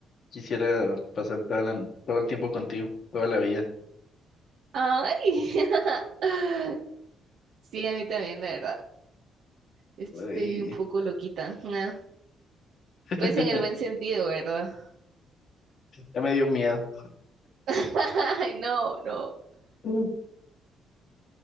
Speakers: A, on the left; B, on the right.
A: Quisiera pasar toda la- todo el tiempo contigo, toda la vida.
B: ¡Ay! <laughs> Sí, a mí también, la verdad. Estoy
A: Ay,
B: un poco loquita. Nah,
A: <laughs>
B: Pues en el buen sentido, ¿verdad?
A: ya me dio miedo.
B: <laughs> Ay, no, no.
A: Mm.